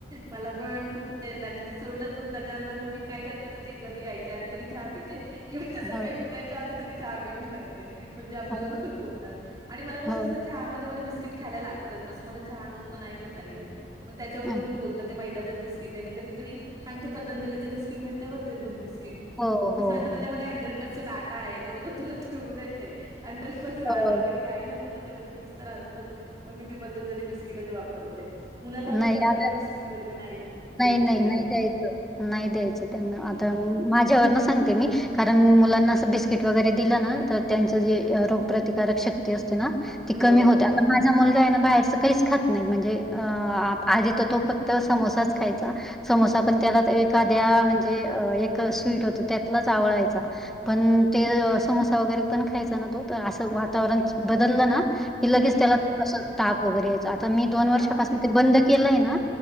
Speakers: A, on the right (about 20°); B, in the centre.
A: मला पण खूप ड <unintelligible> आणि तू सोडलंच मग त्याच्यानंतर मम्मी काय करतात ते कधी यायच्या आधी तरी चहा पिते किंवा
B: हो,
A: सकाळी उठायच्या आधी तरी चहा पिऊन टाकते. ते म्हणजे आपल्याला
B: हो,
A: कोण बोलणार आणि मला कसं
B: हो,
A: असतं चहा मध्ये मला बिस्किट खायला ला त तसं मला चहा नुसत नाही पिताना येत मग त्याच्यावरून
B: आहे.
A: पण बोलतात. मैदाचच बिस्किट आहे तरी त मी सांगते पतजलीच बिस्कटलं बघते दूध बिस्किट
B: हो,
A: म
B: हो,
A: सांगतो त्याच्यामध्ये
B: हो.
A: हंड्रेड पर्सेंट आटा आहे त्याबद्दल तुला ठेवलंते आणि त्याच्यापासून आटा
B: हो,
A: वगैरे काही नसतं त्याच्यामध्ये मिक्स तर असतच. मग मी ते पतंजली बिस्किटच वापरते मुलाला
B: नाही
A: पण ते अजिबात
B: या
A: बिस्किट वगैरे नाही. घेऊन
B: नाही नाही
A: देऊन
B: नाही
A: देत.
B: द्यायचं नाही द्यायचं त्यांना
A: हं.
B: आता माझ्यावर न सांगते मी कारण मुलांना असं बिस्किट वगैरे दिलं ना तर त्यांचं जे रोगप्रतिकारक शक्ती शक्ती असते ना ती
A: हो,
B: कमी होत्या.
A: हो.
B: माझा मुलगा आहे बाहेरच काहीच खात नाही म्हणजे आ आधी तर तो फक्त समोसाच खायचा. समोसा पण त्याला एखाद्या म्हणजे एक स्वीट होतो त्यातलाच आवळायचा. पण ते समोसा वगैरे पण खायचा ना तो तर असं वातावरण बदललं ना कि लगेच
A: हं,
B: त्याला
A: हं.
B: असं ताप वगैरे यायचा आता मी दोन वर्षापासून
A: बापरे!
B: ते बंद केलंय ना